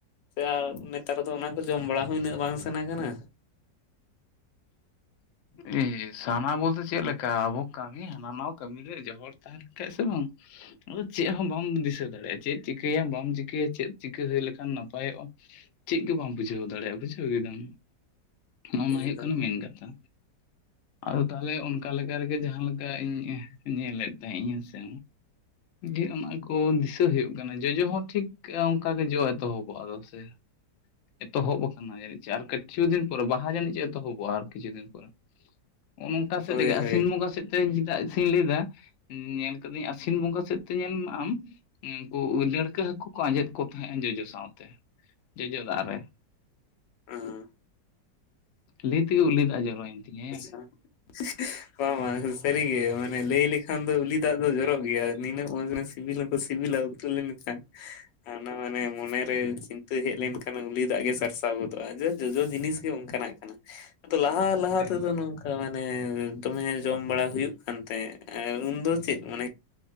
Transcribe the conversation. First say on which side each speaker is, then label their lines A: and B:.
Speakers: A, on the left (about 80°); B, on the left (about 65°).
A: ᱥᱮ ᱟᱨ ᱱᱮᱛᱟᱨ ᱫᱚ ᱚᱱᱟ ᱠᱚ ᱡᱚᱢ ᱵᱟᱲᱟ ᱦᱚᱸ ᱩᱱᱟᱹᱜ ᱵᱟᱝ ᱥᱟᱱᱟ ᱠᱟᱱᱟ <inaudible>
B: ᱮ ᱥᱟᱱᱟ ᱵᱚᱞᱛᱮ ᱪᱮᱜ ᱞᱮᱠᱟ ᱟᱵᱚ ᱠᱟᱹᱢᱤ ᱦᱟᱱᱟ ᱱᱟ ᱠᱟᱹᱢᱤ ᱨᱮ ᱡᱚᱦᱚᱲ ᱛᱟᱦᱮᱱ ᱠᱷᱟᱡ ᱥᱮ ᱵᱚᱱ ᱟᱫᱚ ᱪᱮᱜ ᱦᱚᱸ ᱵᱟᱢ ᱫᱤᱥᱟᱹ ᱫᱟᱲᱮᱭᱟᱜᱼᱟ ᱪᱮᱫ ᱪᱤᱠᱟᱹᱭᱟᱢ ᱵᱟᱢ ᱪᱤᱠᱟᱹᱭᱟ ᱪᱮᱫ ᱪᱤᱠᱟᱹ ᱦᱩᱭ ᱞᱮᱠᱷᱟᱱ ᱱᱟᱯᱟᱭᱚᱜᱼᱟ ᱪᱮᱜ ᱜᱮ ᱵᱟᱢ ᱵᱩᱡᱷᱟᱹᱣ ᱫᱟᱲᱮᱭᱟᱜᱼᱟ ᱵᱩᱡᱷᱟᱹᱣ ᱠᱮᱫᱟᱢ ᱦᱚᱜ ᱱᱟ
A: ᱮᱠᱫᱚᱢ
B: ᱦᱳᱭᱳᱜ ᱠᱟᱱᱟ ᱢᱮᱱ ᱠᱟᱛᱷᱟ᱾ ᱟᱫᱚ ᱛᱟᱦᱚᱞᱮ ᱚᱱᱠᱟ ᱞᱮᱠᱟ ᱨᱮᱜᱮ ᱡᱟᱦᱟᱸ ᱞᱮᱠᱟ ᱤᱧ ᱧᱮᱞᱮᱫ ᱛᱟᱦᱮᱱᱤᱧ ᱦᱮᱸᱥᱮ ᱡᱮᱜ ᱟᱢᱟᱜ ᱠᱚ ᱫᱤᱥᱟᱹ ᱦᱩᱭᱩᱜ ᱠᱟᱱᱟ ᱡᱚᱡᱚ ᱦᱚᱸ ᱴᱷᱤᱠ ᱚᱝᱠᱟ ᱜᱮ ᱡᱚ ᱮᱛᱚᱦᱚᱵᱚᱜᱼᱟ ᱫᱚ ᱥᱮ ᱮᱛᱚᱦᱚᱵ ᱠᱟᱱᱟ ᱡᱟᱹᱱᱤᱡ ᱪᱚ ᱟᱨ ᱠᱤᱪᱷᱩ ᱫᱤᱱ ᱯᱚᱨᱮ ᱵᱟᱦᱟ ᱡᱟᱹᱱᱤᱡ ᱪᱚ ᱮᱛᱚᱦᱚᱵᱚᱜ ᱟᱨ ᱠᱤᱪᱷᱩ ᱫᱤᱱ ᱯᱚᱨᱮ ᱚᱱᱚᱝᱠᱟ ᱥᱮᱫ
A: ᱦᱳᱭ
B: ᱛᱮᱜᱮ ᱟᱥᱤᱱ
A: ᱦᱳᱭ
B: ᱵᱚᱸᱜᱟ ᱥᱮᱫ ᱛᱮ ᱛᱮ ᱪᱮᱫᱟᱜ ᱥᱮᱧ ᱞᱟᱹᱭᱟ ᱧᱮᱞ ᱟᱠᱟᱫᱟᱹᱧ ᱟᱥᱤᱱ ᱵᱚᱸᱜᱟ ᱥᱮᱫ ᱛᱮ ᱧᱮᱞ ᱢᱮ ᱟᱢ ᱩᱱᱠᱩ ᱰᱟᱹᱲᱠᱟᱹ ᱦᱟᱹᱠᱩ ᱠᱚ ᱟᱸᱡᱮᱫ ᱠᱚ ᱛᱟᱦᱮᱸᱱᱟ ᱡᱚᱡᱚ ᱥᱟᱶᱛᱮ ᱡᱚᱡᱚ ᱫᱟᱜ ᱨᱮ᱾
A: ᱚ
B: ᱞᱟᱹᱭ ᱛᱮᱜᱮ ᱩᱞᱤ ᱫᱟ ᱡᱚᱨᱚᱭᱮᱱ ᱛᱤᱧᱭᱟ᱾
A: <inaudible> <unintelligible> ᱵᱟᱝ ᱵᱟᱝ ᱥᱟᱹᱨᱤᱜᱮ ᱢᱟᱱᱮ ᱞᱟᱹᱭ ᱞᱮᱠᱷᱟᱱ ᱫᱚ ᱩᱞᱤ ᱫᱟᱜ ᱫᱚ ᱡᱚᱨᱚᱜ ᱜᱮᱭᱟ ᱱᱤᱱᱟᱹᱜ ᱢᱚᱡ ᱱᱟᱥᱮ ᱥᱤᱵᱤᱞ ᱦᱚᱸᱠᱚ ᱥᱤᱵᱤᱞᱟ ᱩᱛᱩ ᱞᱮᱱᱠᱷᱟᱱ ᱚᱱᱟ ᱢᱟᱱᱮ ᱢᱚᱱᱮᱨᱮ
B: ᱦᱮᱸ
A: ᱪᱤᱱ ᱛᱟᱹ ᱦᱮᱡ ᱞᱮᱱᱠᱷᱟᱱ ᱩᱞᱤ ᱫᱟᱜ ᱜᱮ ᱥᱟᱨᱥᱟᱣ ᱜᱚᱫᱚᱜᱼᱟ ᱡᱮ ᱡᱚᱡᱚ ᱡᱤᱱᱤᱥ ᱜᱮ ᱚᱱᱠᱟᱱᱟᱜ ᱠᱟᱱᱟ ᱟᱫᱚ ᱞᱟᱦᱟ ᱞᱟ
B: ᱮᱠᱵᱟᱨᱮ
A: ᱛᱟᱹᱜ ᱫᱚ ᱱᱚᱝᱠᱟ ᱢᱟᱱᱮ ᱫᱚᱢᱮ ᱡᱚᱢ ᱵᱟᱲᱟ ᱦᱩᱭᱩᱜ ᱠᱟᱱ ᱛᱟᱦᱮᱸ ᱟᱨ ᱩᱱᱫᱚ ᱪᱮᱫ ᱢᱟᱱᱮ